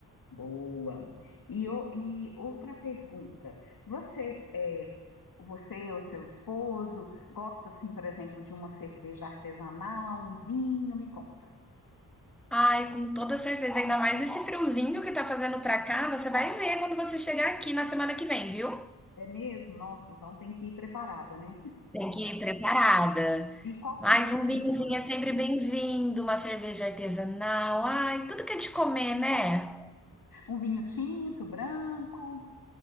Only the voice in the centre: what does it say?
Ai, com toda certeza, ainda mais esse friozinho que tá fazendo pra cá, você vai ver quando você chegar aqui na semana que vem, viu?
Tem que ir preparada.
Mas
um vinhozinho
é sempre bem-vindo, uma cerveja artesanal, ai, tudo que é de comer, né?